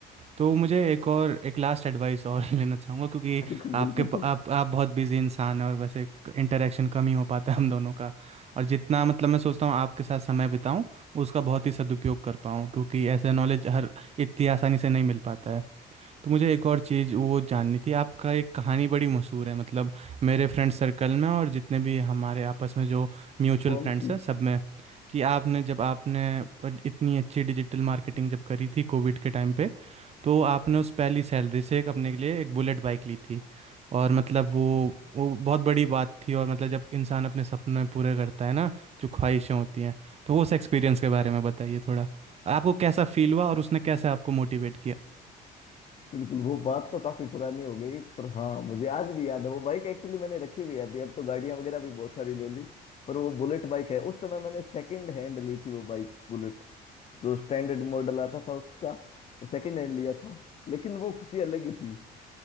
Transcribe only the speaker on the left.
बिल्कुल
बिल्कुल
सर
कौन
सी
बिल्कुल वो बात तो काफी पुरानी हो गई पर हाँ मुझे आज भी याद है वो बाइक एक्चुअली मैंने रखी हुई है अभी अब तो गाड़ियां वगैरह भी बहुत सारी ले ली पर वो बुलेट बाइक है उस समय मैंने सेकंड हैंड ली थी वो बाइक बुलेट जो स्टैंडर्ड मॉडल आता था उसका वो सेकंड हैंड लिया था लेकिन वो खुशी अलग ही थी